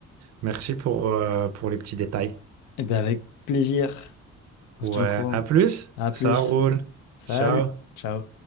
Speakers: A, on the right; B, on the left.
A: Merci pour, euh, pour les petits détails.
B: Et ben avec plaisir. On
A: Ouais,
B: se tient au courant.
A: à plus.
B: À
A: Ça
B: plus.
A: roule.
B: Salut.
A: Ciao.
B: Ciao.